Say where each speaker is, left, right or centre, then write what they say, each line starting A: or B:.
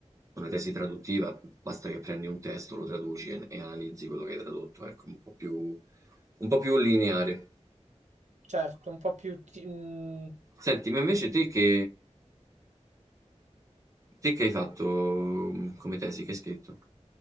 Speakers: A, on the right; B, on the right.
A: una tesi traduttiva basta che prendi un testo, lo traduci e, e analizzi quello che hai tradotto, ecco, un po' più, un po' più lineare.
B: Certo, un po' più... ti- mm.
A: Senti, ma invece te che, Te che hai fatto mhmm, come tesi? Che hai scritto?